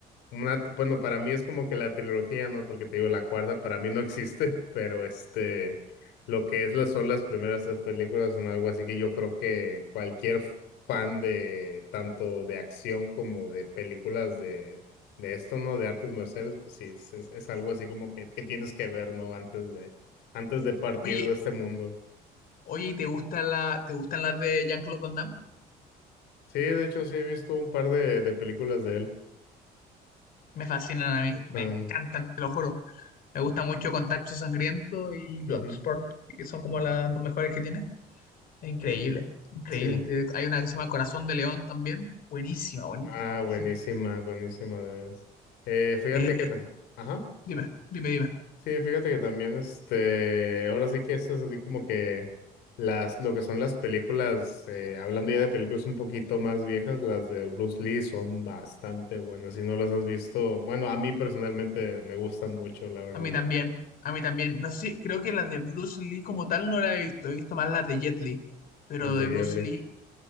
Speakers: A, on the left (about 85°); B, on the left (about 60°).
A: una, bueno, para mí es como que la trilogía, ¿no? Porque te digo, la cuarta para mí no existe, <laughs> pero este, lo que es, la- son las primeras tres películas son algo así que yo creo que cualquier fan de tanto de acción como de películas de, de esto, ¿no? De artes marciales, pues sí, es, es, es algo así como que, que tienes que ver, ¿no? Antes de, antes de partir
B: Oye,
A: de este mundo.
B: oye, ¿y te gusta la, te gustan las de Jean-Claude Van Damme?
A: Sí, de hecho sí he visto un par de, de películas de él.
B: Me fascinan a mí,
A: Están-
B: me encantan, te lo juro. Me gusta mucho Contacto Sangriento y Bloodsport,
A: ujú,
B: que son como las dos mejores que tiene. Es increíble, increíble,
A: sí.
B: increíble. Hay una que se llama Corazón de León también, buenísima, buenísima,
A: Ah,
B: buenísima.
A: buenísima, buenísima, de veras. Eh, fíjate
B: Eh,
A: que, ta- ajá,
B: dime, dime, dime.
A: sí, fíjate que también, este, ahora sí que esto es así como que las, lo que son las películas, eh, hablando ya de películas un poquito más viejas, las de Bruce Lee son bastante buenas. Si no las has visto, bueno, a mí personalmente me gustan mucho, la verdad,
B: A mí también, a mí también. No sé si, creo que las de Bruce Lee como tal no la he visto, he visto más las de Jet Li, pero
A: las de
B: de Bruce
A: Jet Li.
B: Lee,